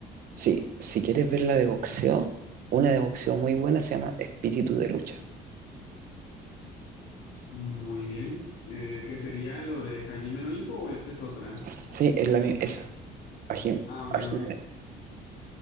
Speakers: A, on the right; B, on the left.
A: sí. Si quieres ver la de boxeo, una de boxeo muy buena se llama Espíritu de Lucha.
B: Muy bien. Eh, ¿qué sería lo de Hajime no Ippo o esta es otra?
A: Sí, es la misma, esa, a Jim-
B: Ah, ok,
A: a Jiménez,
B: ok.